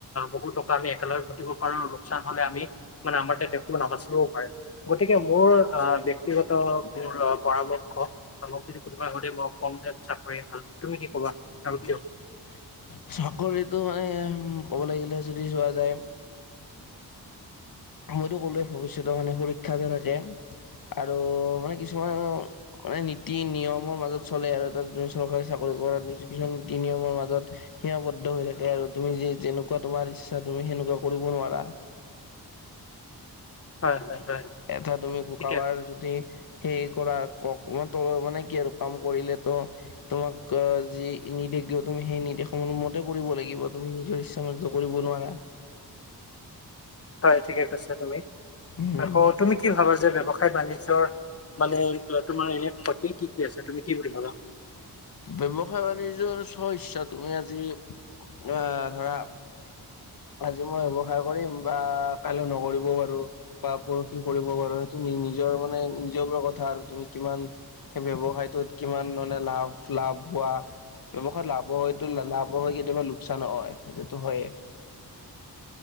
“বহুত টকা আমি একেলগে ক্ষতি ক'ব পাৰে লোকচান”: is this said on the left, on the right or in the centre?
Left